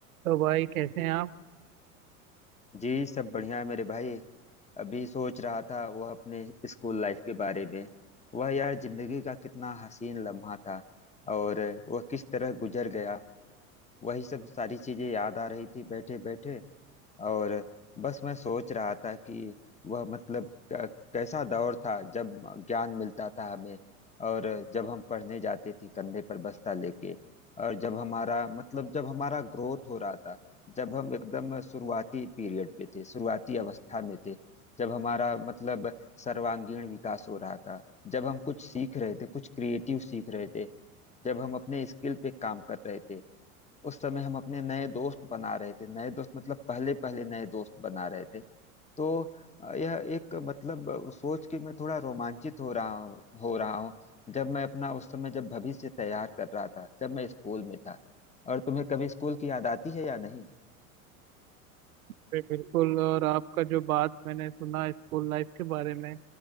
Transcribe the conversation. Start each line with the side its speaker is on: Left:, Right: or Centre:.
Right: तो भाई कैसे हैं आप
Left: जी सब बढ़िया है मेरे भाई अभी सोच रहा था वह अपने स्कूल लाइफ के बारे में वह यार जिंदगी का कितना हसीन लम्हा था और वह किस तरह गुजर गया वही सब सारी चीजें याद आ रही थी बैठे बैठे और बस मैं सोच रहा था कि वह मतलब क- कैसा दौर था जब ज्ञान मिलता था हमें और जब हम पढ़ने जाते थे कंधे पर बस्ता लेके और जब हमारा मतलब जब हमारा ग्रोथ हो रहा था जब हम एकदम शुरुआती पीरियड पे थे शुरुआती अवस्था में थे जब हमारा मतलब सर्वांगीण विकास हो रहा था जब हम कुछ सीख रहे थे कुछ क्रिएटिव सीख रहे थे जब हम अपने स्किल पे काम कर रहे थे उस समय हम अपने नए दोस्त बना रहे थे नए दोस्त मतलब पहले पहले नए दोस्त बना रहे थे तो अ, यह एक मतलब अ, सोच के मैं थोड़ा रोमांचित हो रहा हूँ हो रहा हूँ जब मैं अपना उस समय जब भविष्य तैयार कर रहा था जब मैं स्कूल में था और तुम्हें कभी स्कूल की याद आती है या नहीं
Right: बे- बिल्कुल और आपका जो बात मैंने सुना स्कूल लाइफ के बारे में